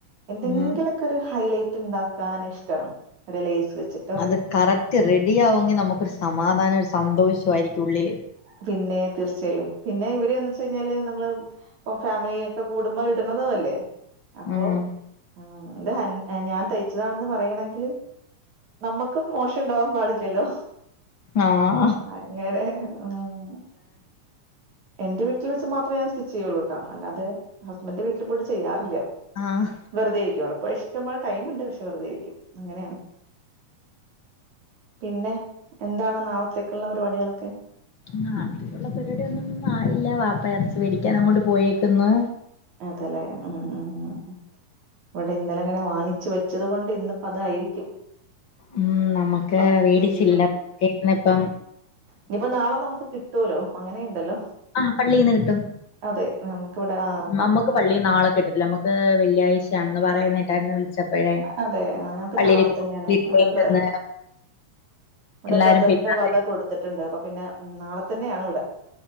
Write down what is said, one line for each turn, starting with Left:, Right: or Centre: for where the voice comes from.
Right: എന്തെങ്കിലുക്കെ
Left: ഉം
Right: ഒരു ഹൈലൈറ്റ് ഇണ്ടാക്കാൻ ഇഷ്ടമാണ് ഒരെ ലൈസ് വെച്ചിട്ടോ.
Left: അത് കറക്റ്റ് റെഡി ആവുമെങ്കിൽ നമുക്കൊരു സമാധാനം ഒരു സന്തോഷമായിരിക്കും ഉള്ളിൽ.
Right: പിന്നെ തീർച്ചയായും പിന്നെ ഇവര്ന്ന് വെച്ച കഴിഞ്ഞാല് നമ്മള്. ഇപ്പം ഫാമിലിയൊക്കെ കൂടുമ്പോ ഇടണതു അല്ലേ അപ്പൊ
Left: ഉം
Right: ഉം ഇത് ഹൻ. ഞാൻ തയ്ച്ചതാണെന്ന് പറയണമെങ്കി നമ്മുക്കും മോശം ഉണ്ടാവാൻ പാടില്ലല്ലോ.
Left: ആഹ്‌
Right: അങ്ങനെ ഉം. എന്റെ വീട്ടിൽ വെച്ച് മാത്ര ഞാൻ സ്റ്റിച്ച് ചെയ്യുള്ളൂട്ടാ അല്ലാതെ ഹസ്ബൻഡന്റെ വീട്ടിൽ പോയിറ്റ് ചെയ്യാറില്ല.
Left: ആഹ്‌
Right: വെറുതെയിരിക്കും അവിടെപോയാ ഇഷ്ടംപോലെ ടൈംമുണ്ട് പക്ഷെ വെറുതെയിരിക്കും അങ്ങനെയാണ്. പിന്നെ എന്താണ് നാളത്തേക്കുള്ള പരിപാടികളൊക്കെ.
Left: നാളെതെക്കുള്ള പരിപാടിയൊന്നും ആയില്ല വാപ്പ എറച്ചി മെടിക്കാൻ അങ്ങോട്ട് പോയേക്കന്ന്.
Right: അതല്ലേ ഉം ഉ ഉ.. ഇവിടെ ഇന്നലെ അങ്ങനെ വാങ്ങിച്ച് വെച്ചത് കൊണ്ട് ഇന്നിപ്പ അതായിരിക്കും.
Left: ഉം നമ്മുക്ക്
Right: പത്തിരി
Left: വേടിച്ചില്ലന്ന ഇപ്പം
Right: ഇനിപ്പപ്പോ നാളെ നമുക്ക് കിട്ടുവല്ലോ അങ്ങനെയുണ്ടല്ലോ
Left: ആഹ് പള്ളീന്ന് കിട്ടും.
Right: അതെ നമുക്ക് ഇവിടെ ആ
Left: നമുക്ക് പള്ളീന്നാളെ കിട്ടത്തില്ല നമുക്ക് വെള്ളിയാഴ്ചയാണെന്ന് പറയുന്ന കേട്ടരുന്ന് വിളിച്ചപ്പഴേ.
Right: അതെ ആഹ് ഞങ്‌ക്ക്
Left: പള്ളിയിലേക്ക്
Right: നാളെ തന്നെയാണ്
Left: ഇട്ടേക്കുന്ന്
Right: ഇവിടെ ബ്ര ഇവടെ
Left: എല്ലാരും
Right: ബ്രദറിന്റെ
Left: പെരുന്നാൾ
Right: വക കൊടുത്തട്ട്ണ്ട്. അപ്പൊ പിന്നെ നാളെ തന്നെയാണ് ഇവടെ